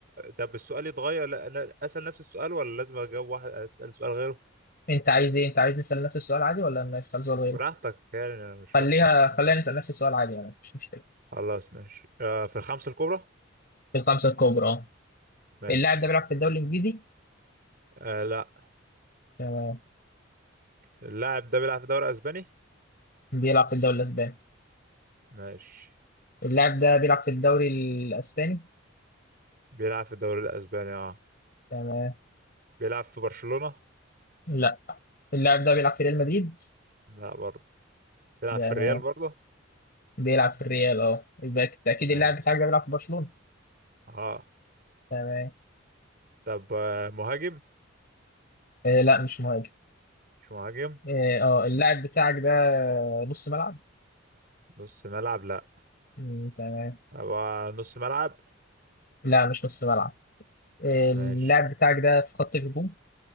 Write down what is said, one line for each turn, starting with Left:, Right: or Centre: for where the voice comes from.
Right: طب السؤال يتغير لا أنا أسأل نفس السؤال ولا لازم أجاوب واحد أسأل سؤال غيره؟
Left: أنت عايز إيه؟ أنت عايز نسأل نفس السؤال عادي ولا نسأل سؤال غيره؟
Right: براحتك يعني أنا مش
Left: خليها
Right: فارق
Left: خلينا نسأل نفس السؤال عادي يعني مش مشكلة
Right: خلاص ماشي آه، في الخمسة الكبرى؟
Left: في الخمسة الكبرى اه
Right: ماشي
Left: اللاعب ده بيلعب في الدوري الإنجليزي
Right: آه لا
Left: تمام
Right: اللاعب ده بيلعب في الدوري الاسباني
Left: بيلعب في الدوري الأسباني
Right: ماشي
Left: اللاعب ده بيلعب في الدوري الأسباني
Right: بيلعب في الدوري الاسباني اه
Left: تمام
Right: بيلعب في برشلونة
Left: لا اللاعب ده بيلعب في ريال مدريد
Right: لا برضه بيلعب
Left: تمام
Right: في الريال برضه
Left: بيلعب في الريال اه يبقى بالتأكيد
Right: ماشي
Left: اللاعب بتاعك ده بيلعب في برشلونة
Right: اه
Left: تمام
Right: طب آه، مهاجم
Left: آه لا مش مهاجم
Right: مش مهاجم
Left: اه آه، اللاعب بتاعك ده نص ملعب
Right: نص ملعب لا
Left: مم، تمام
Right: طب آه، نص ملعب
Left: لا مش نص ملعب آه، اللاعب
Right: ماشي
Left: بتاعك ده في خط الهجوم